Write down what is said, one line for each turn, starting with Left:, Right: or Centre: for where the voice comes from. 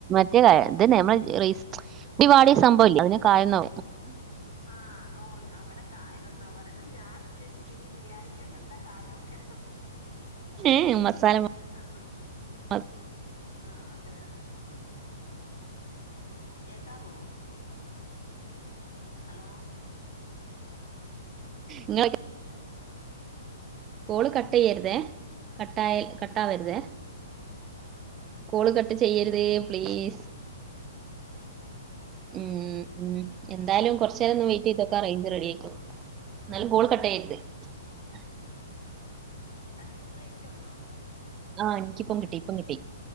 Right: ഇത്ന്നെ നമ്മളെ ഇടിപാടിയ സംഭവം ഇല്ല അതിനെ കായം എന്നാ
Left: ആ ഓ അവ്ടെ കായം എന്നാ പറയ്ന്നെ ഞാൻ ഉ ഉദ്ദേശിക്കുന്ന ബിരിയാണിക്കക്കത് എന്താ കായംമോക്കെ
Right: ഏഹെ മസാല
Left: ആ
Right: പ
Left: ആ അതെ അതെ കേക്കാവോ? ഹലോ
Right: ങ്ങള് കോള് കട്ടെയ്യ്ര്തെ കട്ടായാൽ കട്ടാവര്തെ കോള് കട്ട് ചെയ്യരുതേ പ്ലീസ് ഉം ഉം എന്തായാലും കൊർച്ചെരൊന്ന് വെയ്റ്റ് ചെയ്തോക്കാ റയ്ഞ്ച് റെഡിയിക്കോളും ന്നാലും ക്കോള്ക <unintelligible>
Left: ന്നാ നിനക്ക് റേഞ്ച് ഉണ്ടോ
Right: ആ എനിക്കിപ്പം കിട്ടി ഇപ്പം കിട്ടി